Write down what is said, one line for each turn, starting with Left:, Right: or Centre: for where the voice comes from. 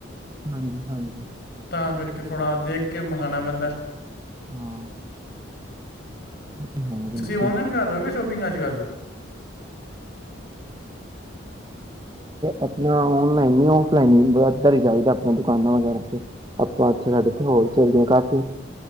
Right: ਹਾਂਜੀ ਹਾਂਜੀ
Left: ਤਾਂ ਕਰਕੇ ਥੋੜਾ ਦੇਖ ਕੇ ਮੰਗਵਾਉਣਾ ਪੈਂਦਾ ਏ
Right: ਹਾਂ ਉਹ ਤੇ ਹੈ ਵੀਰ
Left: ਤੁਸੀਂ ਔਨਲਾਈਨ
Right: ਜੀ
Left: ਕਰ ਰਹੇ ਹੋਗੇ ਸ਼ੋਪ ਅੱਜ ਕੱਲ
Right: ਆਪਣਾ ਓਨ ਲਾਈਨ ਹੀ ਆਫ ਲਾਈਨ ਹੀ ਬਰਾਬਰ ਹੀ ਹੈਗਾ ਆਪ ਦੁਕਾਨਾਂ ਵਗੈਰਾ ਤੇ ਆਪਾਂ ਇਥੇ ਸਾਡੇ ਇਥੇ ਹੋਲਸੇਲ ਦੀ ਕਾਫੀ